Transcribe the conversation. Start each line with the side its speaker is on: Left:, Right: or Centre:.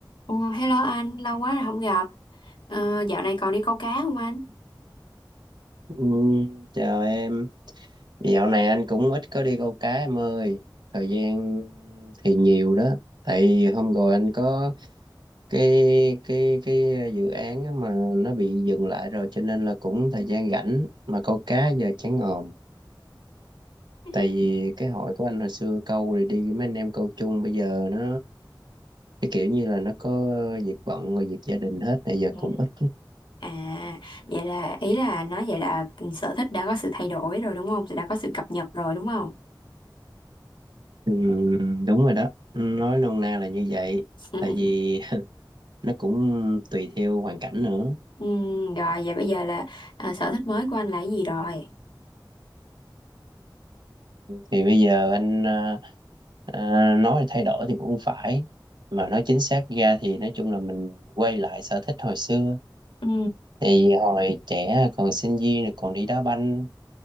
Left: Ồ, hello anh, lâu quá rồi không gặp. Ờ, dạo này còn đi câu cá không anh?
Right: Ừ, chào em. Dạo này anh cũng ít có đi câu cá em ơi. Thời gian thì nhiều đó. Tại vì hôm rồi anh có cái cái cái dự án á mà nó bị dừng lại rồi cho nên là cũng thời gian rảnh mà câu cá giờ chán ngòm.
Left: <laughs>
Right: Tại vì cái hội của anh hồi xưa câu rồi đi với mấy anh em câu chung bây giờ nó cái kiểu như là nó có việc bận rồi việc gia đình hết này giờ
Left: Dạ.
Right: cũng ít.
Left: À, vậy là ý là nói vậy là sở thích đã có sự thay đổi rồi đúng không? Đã có sự cập nhật rồi đúng không?
Right: Ừ, đúng rồi đó. Nói nôm na là như vậy.
Left: <laughs>
Right: Tại vì nó cũng tùy theo hoàn cảnh nữa
Left: Ừm, rồi vậy bây giờ là à, sở thích mới của anh là cái gì rồi?
Right: thì bây giờ anh ờ, ờ, nói thay đổi thì cũng không phải mà nói chính xác ra thì nói chung là mình quay lại sở thích hồi xưa
Left: Ừ.
Right: thì hồi trẻ còn sinh viên rồi còn đi đá banh